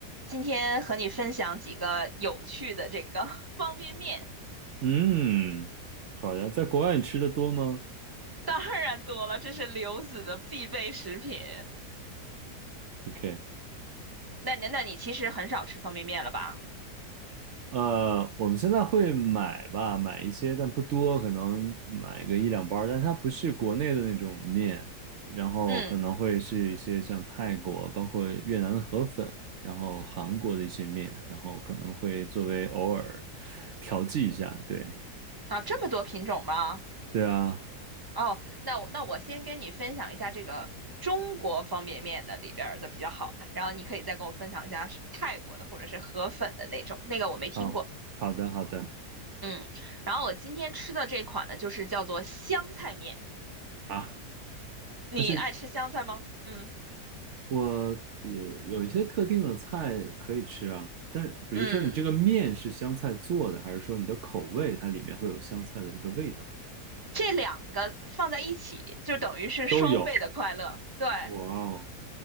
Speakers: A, on the right; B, on the right.
A: 今天和你分享几个有趣的这个 <laughs> 方便面，
B: 嗯，好呀，在国外你吃的多吗
A: 当然多了，这是刘子的必备食品。
B: ？OK，
A: 那你那你其实很少吃方便面了吧？
B: 呃，我们现在会买吧，买一些，但不多，可能买个一两包儿但它不是国内的那种面，然后可能会是一些像泰国，
A: 嗯，
B: 包括越南的河粉，然后韩国的一些面，然后可能会作为偶尔调剂一下，对，
A: 啊，这么多品种吗？
B: 对啊，
A: 哦，那我那我先跟你分享一下这个中国方便面的里边儿的比较好的，然后你可以再跟我分享一下是泰国的或者是河粉的那种，那个我没听过。
B: 好，好的，好的，
A: 嗯，然后我今天吃的这款呢，就是叫做香菜面，
B: 啊，
A: 你爱吃香菜吗？
B: 但是
A: 嗯
B: 我也有一些特定的菜可以吃啊，但比如说你这个面是香菜做的，
A: 嗯。
B: 还是说你的口味它里面会有香菜的这个味道？
A: 这两个放在一起，就等于是双倍的快乐。
B: 都有。
A: 对，
B: 哇哦，